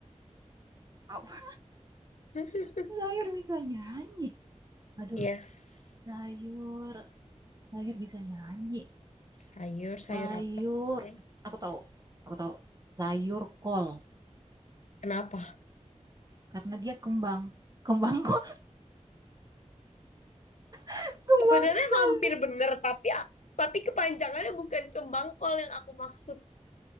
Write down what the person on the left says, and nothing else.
<laughs>
Yes.
Sayur
sayur apa yang bisa nyanyi?
Kenapa?
Sebenarnya
hampir bener, tapi tapi kepanjangannya bukan kembang kol yang aku maksud.